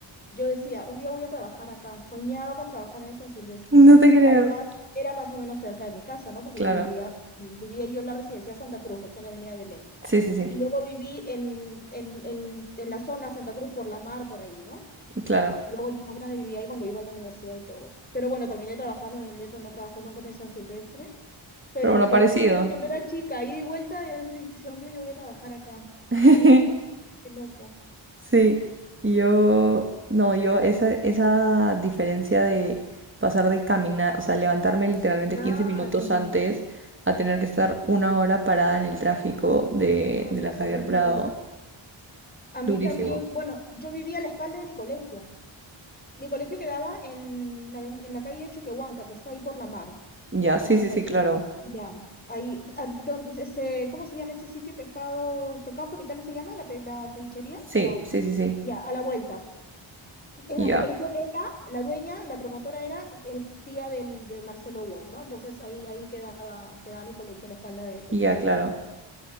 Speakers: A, on the left; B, on the right.
A: yo decía, un día voy a trabajar acá. Soñaba con trabajar en San Silvestre,
B: No te creo.
A: que además era más o menos cerca de mi casa, ¿no? Porque
B: Claro.
A: yo vivía, vivía yo en la residencia Santa Cruz, que está en la Avenida Belén.
B: Sí, sí, sí.
A: Y luego viví en, en, en, en la zona Santa Cruz por la mar, por ahí, ¿no?
B: Claro.
A: Y luego yo más grande vivía ahí cuando iba a la universidad y todo. Pero bueno, terminé trabajando en el Newton, no trabajé nunca en el San Silvestre. Pero,
B: Pero bueno,
A: pero
B: parecido.
A: sí, yo cuando era chica, ida y vuelta, y decía, un día yo voy a trabajar acá.
B: <laughs>
A: Sí, mira, qué loco.
B: Sí, yo, no, yo esa, esa diferencia de pasar de caminar, o sea, levantarme literalmente
A: Claro.
B: 15 minutos antes a tener que estar una hora parada en el tráfico de,
A: No,
B: de
A: no,
B: la Javier
A: terrible.
B: Prado,
A: A mí
B: durísimo.
A: también, bueno, yo vivía a la espalda de mi colegio. Mi colegio quedaba en la, aven- en la calle Choquehuanca, que está ahí por la mar,
B: Ya,
A: en
B: sí,
A: Santa
B: sí, sí,
A: Cruz.
B: claro.
A: Ya, ahí, a- donde se, se- ¿cómo se llama este sitio? Pescados, Pescados Capitales se llama, la, pe- la cevichería,
B: Sí,
A: no.
B: sí, sí, sí.
A: Ya, a la vuelta. Es
B: Ya,
A: más, mi colegio era, la dueña, la promotora era eh, tía del, de Marcelo Wong, ¿no? Entonces ahí, ahí quedaba, quedaba mi colegio a la espalda de Pescados
B: ya,
A: Capital.
B: claro.